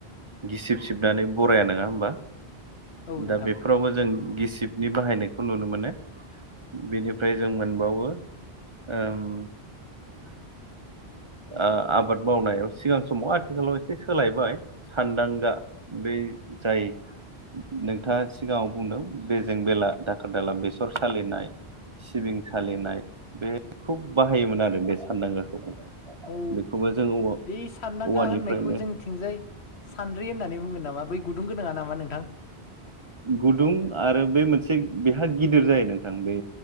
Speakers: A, on the right; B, on the left.
A: गिसिब सिबनानै बराया नोङा होमबा
B: औ नोंथां
A: दा बेफोरावबो जों गिसि अ टिपनि बाहायनायखौ नुनो मोनो। बेनिफ्राय जों मोनबावो ओम ओ आबाद मावनायाव सिगां समाव आथिखालाव एसे सोलायबाय सानदांगा बे <unintelligible> जायो नोंथाङा सिगाङाव बुंदों बेजों बेला दाखोर दाला बेसर सालिनाय सिबिं सालिनाय बे खुब बाहायोमोन आरो बे सानदांगाखौबो।
B: औ
A: बेखौबो जों औवा
B: बे सानदांगा
A: औवानिफ्रायनो
B: होननायखौ जोंनिथिंजाय सानद्रि होननानै बुंगोन नामा बै गुदुं गोनाङा नामा नोंथां?
A: गुदुं आरो बे मोनसे बेहा गिदिर जायो नोंथां बे